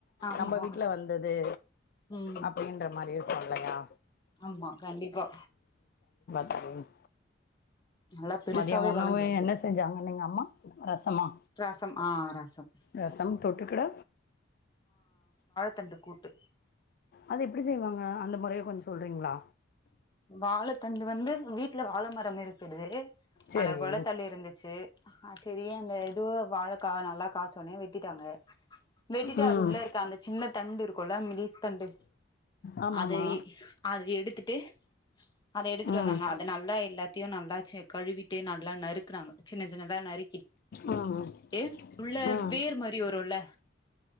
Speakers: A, on the left; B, on the left.
A: ஆமா
B: நம்ம வீட்டுல வந்தது
A: ம்
B: அப்படீன்ற மாரி இரு தொல்லையா
A: ஆமா கண்டிப்பா
B: உம்
A: நல்லா பெருசாவே
B: மதிய உணவு
A: வளர்ந்திருக்கு
B: என்ன செஞ்சாங்கனீங்க அம்மா ரசமா
A: ரசம் ஆ ரசம்
B: ரசம் தொட்டுக்கிட
A: தண்டு கூட்டு
B: அது எப்படி செய்வாங்க அந்த மொறைய கொஞ்சோ சொல்றீங்களா
A: வாழத் தண்டு வந்து வீட்டுல வாழ மரம் இருக்குது
B: சேரி
A: அல கொளத்தள்ளி இருந்துச்சு ஆஹ ஹ செரி அந்த இதுவ வாழக்காவ நல்லா காச்சோனே வெட்டிட்டாங்க வெட்டிட்டு
B: ம்
A: அது உள்ள இருக்க அந்த சின்ன தண்டு இருக்கு கொல மெலீஸ் தண்டு
B: ஆமாம்மா
A: அது இ அது எடுத் த்துட்டு அத எடுத்துட்டு
B: ம்
A: வந்தாங்க அது நல்லா இல்ல த்தியு நல்லா ச்சு கழுவிட்டு நல்லா நறுக்குனாங்க சின்ன சின்னதா நறுக்கிட்டு
B: ம்
A: உள்ள
B: ம்
A: வேர் மாரி வருல்ல